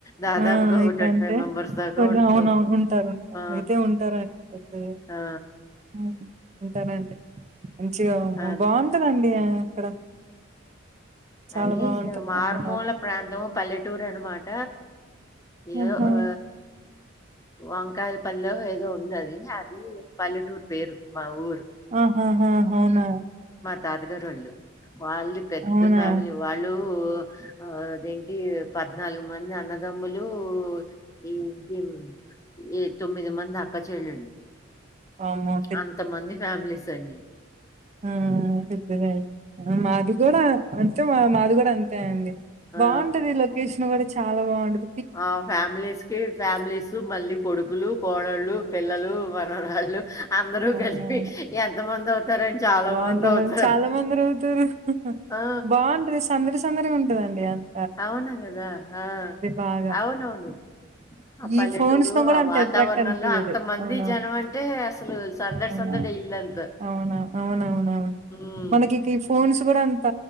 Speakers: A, on the left; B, on the right.
A: దాదాపుగా
B: ఆ
A: ఒక
B: ఇగ
A: ట్వంటీ
B: అంటే
A: ఫైవ్ మెంబర్స్ దాకా
B: అవును
A: ఉంటాము
B: అవును ఉంటారు ఉంట
A: ఆ
B: అయితే ఉంటార అండి
A: ఆ
B: ఉమ్ ఉంటారండి మంచిగా
A: అదే
B: బాగుంటందండి అక్కడ చాలా
A: అది
B: బావుంటది
A: మారుమూల
B: అమ్మమ్మ వాళ్ళ
A: ప్రాంతము పల్లెటూరు అన్నమాట ఏ
B: ఆహా!
A: ఓ వంకాయల పల్లె ఏదో ఉందది అది పల్లెటూరు పేరు మా ఊరు
B: ఆహాహా అవునా
A: తాతగారు వాళ్ళు వాళ్ళు పెద్ద
B: అవునా?
A: ఫ్యామిలీ వాళ్ళు ఓ ఆ అదేంటి పద్నాలుగు మంది అన్నదమ్ములు ఈంటి ఏ తొమ్మిది మంది అక్క చెల్లెళ్ల
B: వామ్మో!
A: అంతమంది ఫ్యామిలీస్ అండి
B: ఉమ్ పెద్దదే అండి మాది కూడా అంతే మా మాది కూడా అంతే అండి
A: ఆ
B: బాగుంటది లొకేషన్ కూడా చాలా బాగుంటది
A: ఆ ఫ్యామిలీస్ కి ఫ్యామిలీస్ కి మళ్ళీ కొడుకులు కోడళ్ళు పిల్లలు మనవరాళ్ళు అందరూ
B: అవునవును.
A: కలిపి ఎంత మంది అవుతారుని చాలా
B: బావుంటాం.
A: మంది అవుతారు
B: చాలా మందిరు అవుతారు
A: ఆ
B: బాగుంటంది సందడి సందడిగా ఉంటదండి అ
A: అవును గదా ఆ
B: బాగా.
A: అవునవును ఆ పల్లెటూరు
B: ఈ ఫోన్స్ ను కూడా
A: ఆ
B: అంత
A: వాతావరణంలో
B: అట్రాక్ట్ అంత ఇయదు
A: అంతమంది
B: అవునా
A: జనం అంటే అసలు సందడి
B: అవునను
A: సందడి ఇల్లంతా
B: అవునా అవునవునవును
A: హ్మ్
B: మనకిక ఈ ఫోన్స్ కూడా అంత